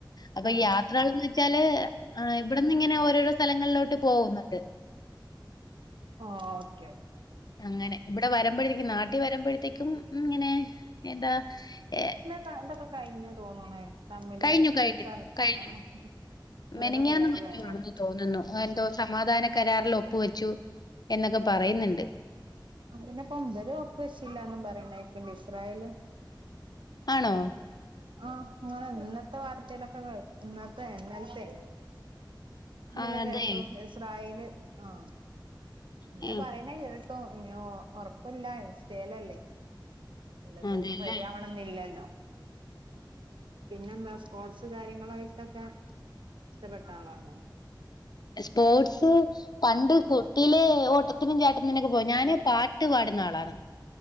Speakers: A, on the left; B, on the right.
A: അപ്പൊ
B: ആഹ്
A: യാത്രകൾന്ന് വെച്ചാല് ഇവിടന്ന്ങ്ങനെ ഓരോരോ സ്ഥലങ്ങളിലോട്ട് പോകുന്നുണ്ട്.
B: ഓക്കെ
A: അങ്ങനെ ഇവിടെ വരുമ്പഴേക്കും നാട്ടി വരുമ്പോഴത്തേക്കും ഇങ്ങനെ എന്താ ഏ
B: കാ ന്തൊക്കെ കഴിഞ്ഞു തോന്നണേ. തമ്മില്
A: കഴിഞ്ഞു കഴിഞ്ഞു
B: <unintelligible>
A: കഴിഞ്ഞു മെനങ്ങാന്ന്
B: ഫുള്ളായിട്ട്
A: മറ്റോ
B: കഴിഞ്ഞാണ്
A: ആണെന്ന് തോന്നുന്നു എന്തോ സമാധാന കരാറിൽ ഒപ്പു വെച്ചു എന്നൊക്കെ പറയുന്നുണ്ട്.
B: അംഗനെപ്പം തെരേ ഒപ്പു വെച്ചില്ലാന്നും പറയുന്നേക്ക്‌ണ്ട് ഇസ്രായേലും
A: ആണോ?
B: ആഹ് ഇങ്ങ ഇന്നത്തെ വാർത്തയിലൊക്കെ കേ ഇന്നത്തെ ഇന്നൽത്തെ ഇന്നലെ
A: ആ
B: കേട്ടു
A: അതെ
B: ഇസ്രായേല് ആഹ് അങ്ങനെ
A: അയ്യോ
B: പറയ്ണെ കേട്ടു ഉറപ്പില്ല ഇൻസ്റ്റേലല്ലേ? എല്ലതും
A: അതെല്ലേ
B: റെഡിയാവണന്ന്ല്ലല്ലോ? പിന്നെന്താ സ്പോർട്സ് കാര്യങ്ങളായിട്ടൊക്കെ ഇഷ്ടപ്പെട്ടാളാണോ?
A: ഇ സ്പോർട്സ് പണ്ട് കുട്ടിലെ ഓട്ടത്തിനും ചാട്ടത്തിനൊക്കെ പോകും. ഞാന് പാട്ട് പാടുന്ന ആളാണ്.